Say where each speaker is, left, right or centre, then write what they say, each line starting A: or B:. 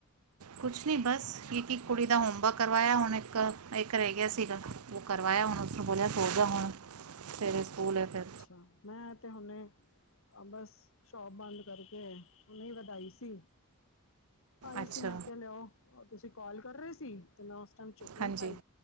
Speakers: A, on the right; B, on the left.
A: ਕੁਛ ਨੀ ਬਸ ਦੀਦੀ ਦੀ ਕੁੜੀ ਦਾ ਹੋਮਵਰਕ ਕਰਵਾਇਆ ਹੁਣ ਇੱਕ ਇੱਕ ਰਹਿ ਗਿਆ ਸੀਗਾ ਉਹ ਕਰਵਾਇਆ ਹੁਣ ਉਸਨੂੰ ਬੋਲਿਆ ਸੋ ਜਾ ਹੁਣ ਸਵੇਰੇ ਸਕੂਲ ਫਿਰ
B: ਅੱਛਾ ਮੈਂ ਤੇ ਹੁਨੇ ਬਸ ਸ਼ੋਪ ਬੰਦ ਕਰਕੇ ਹੁਣੇ ਵਧਾਈ ਸੀ। ਆਈ
A: ਅੱਛਾ
B: ਸੀ ਮੈਂ ਕਿਹਾ ਲਿਆਓ ਤੁਸੀਂ ਕੋਲ ਕਰ ਰਹੇ ਸੀ ਤੇ ਮੈਂ ਉਸ ਟਾਈਮ ਚੁੱਕ ਨਹੀਂ
A: ਹਾਂਜੀ
B: ਪਾਈ